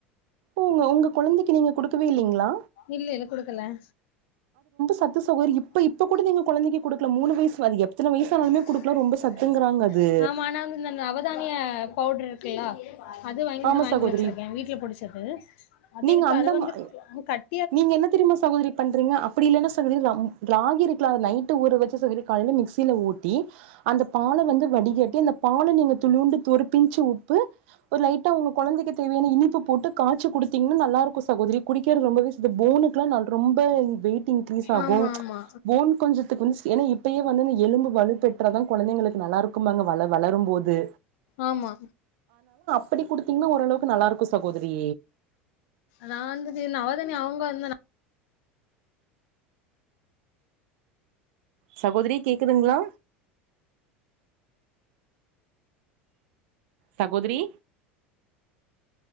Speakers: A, on the right; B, on the left.
A: உங்க உங்க குழந்தைக்கு நீங்க குடுக்கவே இல்லேங்களா
B: இல்லல்ல குடுக்கல <inaudible>
A: சத்து சகோதரி
B: இப்ப இப்ப கூட
A: கொழந்தைக்கு
B: நீங்க
A: குடுக்கல மூணு வயசு அது எத்தன வயசானாலுமே
B: <inaudible>
A: குடுக்கலா ரொம்ப சத்துங்கறாங்க அது
B: ஆமா ஆனா இந்த நவதானிய பவுட்ரு இருக்குல்லா அது வாங்கி
A: ஆமா
B: வாங்கி
A: சகோதரி
B: வச்சிருக்கேன் வீட்ல புடிச்சது அது
A: நீங்க
B: இருக்கு
A: அந்த
B: அத வந்து அ கட்
A: நீங்க என்ன தெரியுமா சகோதரி பண்றீங்க அப்படி இல்லன்னா சகோதரி ரம் ராகி இருக்ல அத நைட்டு ஊர வச்சு சகோதரி கா அத வந்து மிக்சியில ஓட்டி அந்த பால வந்து வடிகட்டி அந்த பால நீங்க துளுண்டு ஒரு பிஞ்ச்சு உப்பு ஒரு லைட்டா ஒங்க கொழந்தைக்கு தேவையான இனிப்பு போட்டு காச்சி குடுத்தீங்கன்னா நல்லாருக்கும் சகோதரி குடிக்கிறது ரொம்பவே நல்லது போனு ரொம்ப வெய்ட்டு இன்கிரீஸ் ஆகும்
B: ஆமா ஆமா
A: போன் கொஞ்சத்துக்கு ஏன்னா இப்பயே வந்து எலும்பு வலுப்பெற்றா தான் கொழந்தைங்களுக்கு நல்லாருக்கும்பாங்க வள வளரும் போது
B: ஆமா
A: அப்டி குடுத்தீங்கன்னா ஓரளவுக்கு நல்லாருக்கும் சகோதரி
B: நா வந்துடி நவதானியோ அவுங்க வந்த
A: சகோதரி கேக்குதுங்களா சகோதரி